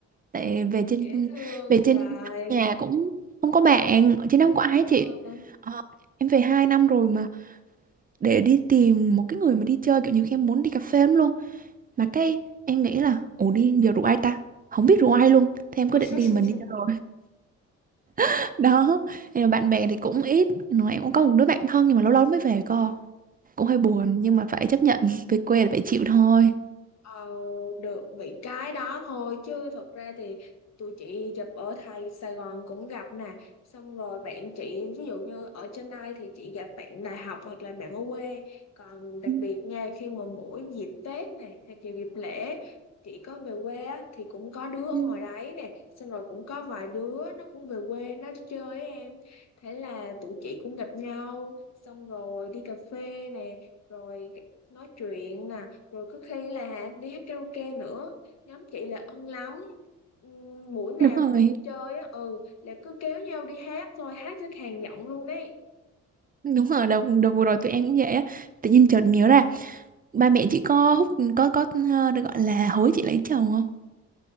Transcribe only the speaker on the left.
dễ thương
vậy
trời.
Ừ.
<laughs>
Ờ, được bị cái đó thôi chứ thật ra thì tụi chị gặp ở thầy Sài Gòn cũng gặp nè xong rồi bạn chị ví dụ như ở trên đây thì chị gặp bạn đại học hoặc là bạn ở quê còn đặc
biệt nha khi mà mỗi dịp Tết nè hoặc là dịp lễ chị có về quê á, thì cũng có đứa ở
ngoài đấy nè xong rồi cũng có vài đứa nó cũng về quê nó chơi với em thế là tụi chị cũng gặp nhau xong rồi đi cà phê nè rồi nói chuyện nè rồi có khi là đi hát karaoke nữa nhóm chị là ân lắm Ừm, buổi nào
mà đi chơi á ừ là cứ kéo nhau đi hát thôi hát tới khàn giọng luôn đấy